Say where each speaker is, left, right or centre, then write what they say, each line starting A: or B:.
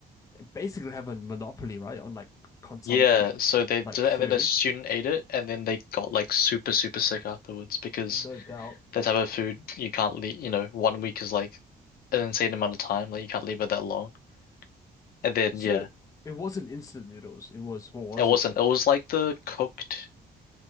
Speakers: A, on the left; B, on the left.
A: basically have a monopoly, right, on like consumption,
B: Yeah, so they did
A: like food.
B: it and then a student ate it and then they got like super, super sick afterwards because
A: Uh, No doubt.
B: that type of food you can't leave, you know, one week is like an insane amount of time, like you can't leave it that long. And then
A: So
B: yeah,
A: it wasn't instant noodles. It was, what was
B: it wasn't.
A: it?
B: It was like the cooked